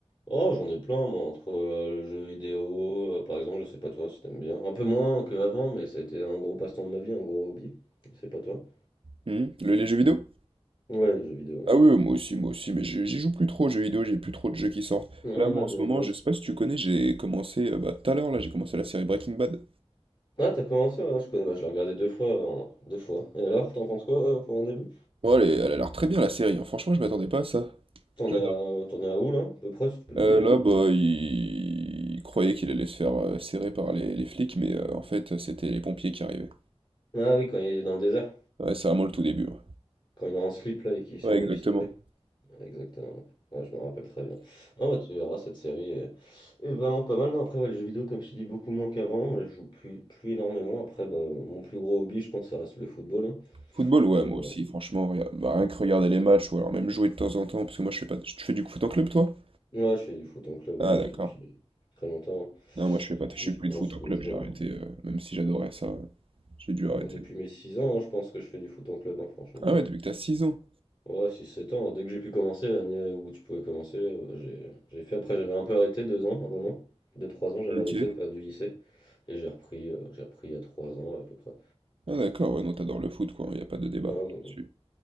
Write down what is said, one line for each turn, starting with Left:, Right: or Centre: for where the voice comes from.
Left: Oh, j'en ai plein, moi, entre euh, le jeu vidéo, euh, par exemple, je sais pas toi si t'aimes bien. Un peu moins qu'avant, mais ça a été un gros passe-temps de ma vie, un gros hobby. Je sais pas toi.
Right: Hmm Le- les jeux vidéo?
Left: Ouais, le jeu vidéo, ouais.
Right: Ah oui, oui, moi aussi, moi aussi, mais j'y j'y joue plus trop aux jeux vidéo, j'ai plus trop de jeux qui sortent.
Left: Ah,
Right: Là, moi,
Left: ouais,
Right: en
Left: de
Right: ce moment,
Left: moi
Right: je
Left: aussi.
Right: sais pas si tu connais, j'ai commencé, euh, bah, tout à l'heure, là, j'ai commencé la série Breaking Bad.
Left: Ah, t'as commencé, ouais, je connais, bah, je l'ai regardé deux fois, en- deux fois. Et alors, t'en penses quoi, euh, pour un début?
Right: Bon, elle, est- elle a l'air très bien, la série, hein. Franchement, je m'attendais pas à ça.
Left: T'en
Right: J'adore.
Left: es à, t'en es à où, là? À peu près, si tu peux me
Right: Euh,
Left: dire.
Right: là,
Left: hein.
Right: bah, il, il croyait qu'il allait se faire euh, serrer par les, les flics, mais euh, en fait, c'était les pompiers qui arrivaient.
Left: Ah oui, quand il est dans le désert,
Right: Ouais, c'est vraiment le tout début. Ouais,
Left: quand il est en slip, là, et qu'il sort
Right: Ouais, exactement.
Left: le pistolet. Exactement, ouais. Ouais, je m'en rappelle très bien. Non, bah, tu verras, cette série est, est vraiment pas mal. Non, après, ouais, les jeux vidéo, comme je te dis, beaucoup moins qu'avant. Là, je joue plus, plus énormément. Après, bah, mon plus gros hobby, je pense, ça reste le football. hein.
Right: Football, ouais,
Left: Je vais
Right: moi
Left: pas...
Right: aussi, franchement, regarde- bah, rien que regarder les matchs, ou alors même jouer de temps en temps, parce que moi je fais pas... de- Tu fais du foot en club, toi?
Left: Ouais, je fais du foot en club
Right: Ah,
Left: euh,
Right: d'accord.
Left: depuis très longtemps.
Right: Non, moi je fais pas...
Left: Depuis,
Right: Je fais
Left: je
Right: plus
Left: pense
Right: de foot en
Left: que
Right: club,
Left: je dois...
Right: j'ai arrêté, euh, même si j'adorais ça, euh, j'ai dû arrêter.
Left: ouais, Depuis mes 6 ans, hein, je pense que je fais du foot en club, hein, franchement.
Right: Ah ouais, depuis que t'as six ans.
Left: Ouais, six sept ans, dès que j'ai pu commencer, l'année où tu pouvais commencer, euh, j'ai j'ai fait. Après, j'avais un peu arrêté 2 ans, un moment. deux trois ans, j'avais
Right: Ok.
Left: arrêté au période du lycée. Et j'ai repris, euh, j'ai repris il y a 3 ans, à peu près.
Right: Ah d'accord, ouais, non, t'adores le foot, quoi, y a pas de débat
Left: Non,
Right: là-dessus.
Left: euh,